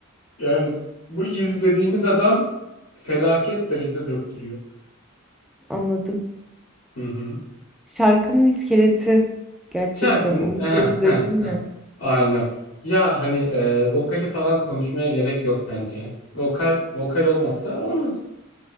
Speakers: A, on the left (about 80°); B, in the centre.
A: Yani bu izlediğimiz adam felaket derecede döktürüyor.
B: Anladım.
A: Hı hı.
B: Şarkının iskeleti gerçekten
A: Şarkının
B: omurgası
A: aha,
B: dedim
A: aha, aha.
B: ya.
A: Aynen. Ya hani e, vokali falan konuşmaya gerek yok bence. Vokal vokal olmazsa olmaz.